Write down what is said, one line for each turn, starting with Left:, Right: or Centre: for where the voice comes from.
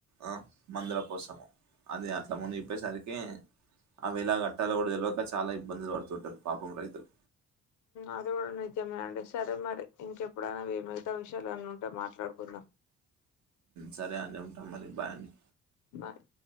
Right: ఆ మందుల కోసము అది అట్లా ముందు ఇప్పేసరి అకే ఆ విలా గట్టాలు కూడా తెలివక చాలా ఇబ్బందులు పడుతుంటారు పాపం రైతులు
Left: అది కూడా నిజమే అండి సరే మరి ఇంకెప్పుడైనా మి మిగతా విషయాలున్న ఉంటే మాట్లాడుకుందాం.
Right: సరే అండి ఉంటాం మరి బాయ్ అండి
Left: నాయ్